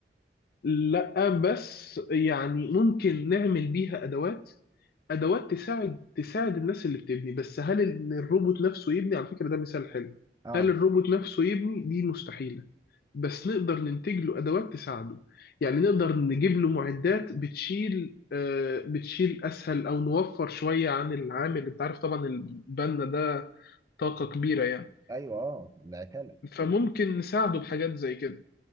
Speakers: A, on the left (about 55°); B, on the right (about 20°).
A: لا بس يعني ممكن نعمل بيها ادوات ادوات تساعد تساعد الناس اللي بتبني بس هل إن الروبوت نفسه يبني على فكرة ده مثال حلو
B: اه
A: هل الروبوت نفسه يبني دي مستحيلة بس نقدر ننتج له ادوات تساعده يعني نقدر نجيب له معدات بتشيل آه بتشيل اسهل او نوفر شوية عن العامل انت عارف طبعا البنا ده طاقة كبيرة يعني
B: ايوه اه العتاله
A: فممكن نساعده بحاجات زي كده